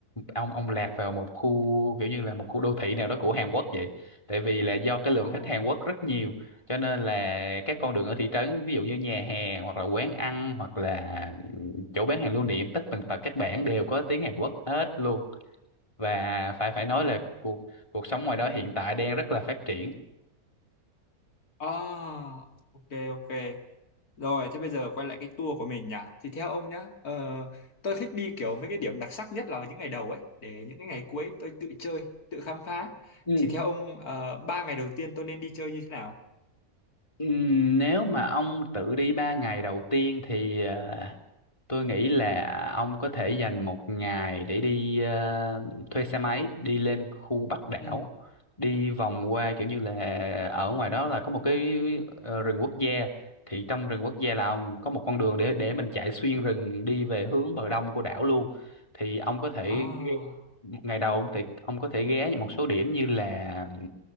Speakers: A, on the left; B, on the left.
A: ông ông lạc vào một khu kiểu như là một khu đô thị nào đó của Hàn Quốc vậy tại vì là do cái lượng
B: Ồ,
A: khách Hàn Quốc rất nhiều cho nên là các con đường ở thị trấn ví dụ như nhà hàng hoặc là quán ăn hoặc là ừ, chỗ bán hàng lưu niệm tất tần tật các bạn đều có tiếng Hàn Quốc hết luôn và phải phải nói là cuộc cuộc sống ngoài đó hiện tại đang rất là phát triển
B: à ok ok rồi thế bây giờ quay lại cái tour của mình nhỉ thì theo ông nhá ờ, tôi thích đi kiểu mấy cái điểm đặc sắc nhất là vào những ngày đầu ấy để những cái ngày cuối tôi tự chơi tự khám phá
A: Ừ.
B: thì theo ông ờ, ba ngày đầu tiên tôi nên đi chơi như thế nào
A: Ừm, Nếu mà ông tự đi ba ngày đầu tiên thì ờ, Tôi nghĩ là ông có thể dành một ngày để đi ờ, thuê xe máy đi lên khu Bắc đảo
B: ừ
A: đi vòng qua kiểu như là ở ngoài đó là có một cái ờ, rừng quốc gia thì trong rừng quốc gia là ông có một con đường để để mình chạy xuyên rừng đi về hướng bờ đông của đảo luôn thì ông có thể
B: à
A: ngày đầu ông thì ông có thể ghé một số điểm như là